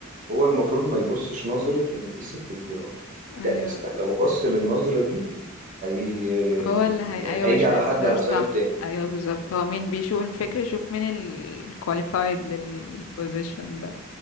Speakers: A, on the right; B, on the left.
A: هو المفروض ما يبصش نظرة إن دي ست ودي راجل ده
B: ايوه
A: است... لو بص للنظرة دي هي
B: هو اللي هي
A: يعني
B: ايوه
A: هيجي
B: مش
A: على
B: هيختار
A: حد على
B: صح
A: حساب التاني
B: ايوه بالظبط هو مين بيشوف الفكر يشوف مين الكواليفايد للبوزيشن ده